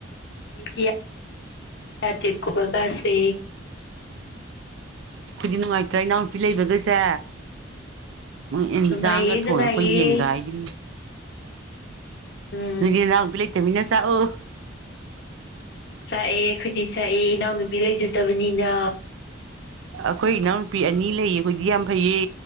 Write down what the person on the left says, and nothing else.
ꯗꯤꯌꯥ ꯌꯥꯗꯀꯕꯒꯥꯥꯁꯦ
ꯅꯨꯡꯉꯥꯏꯌꯦ
ꯅꯨꯡꯉꯥꯏꯌꯦ
ꯎꯝ
ꯆꯥꯛꯑꯦ ꯑꯩꯈꯣꯏꯗꯤ ꯆꯥꯛꯑꯦ ꯏꯅꯥꯎꯅꯨꯄꯤ ꯂꯩꯖꯗꯕꯅꯤꯅ